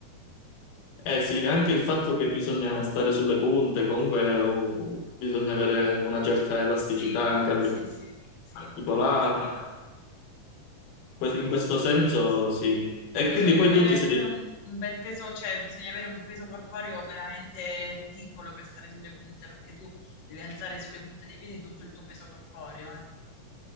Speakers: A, on the left; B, on the left.
A: Eh sì, anche il fatto che bisogna stare sulle punte, comunque uh, bisogna avere una certa elasticità
B: Sì,
A: anche a
B: sì,
A: livello
B: sì, sì.
A: articolare, Que- in
B: Bis-
A: questo senso sì. E
B: Bisogna
A: quindi poi
B: avere
A: tu ti sei...
B: pure un un bel peso, cioè bisogna avere un peso corporeo veramente ridicolo per stare sulle punte, perché tu devi alzare sulle punte dei piedi tutto il tuo peso corporeo, eh.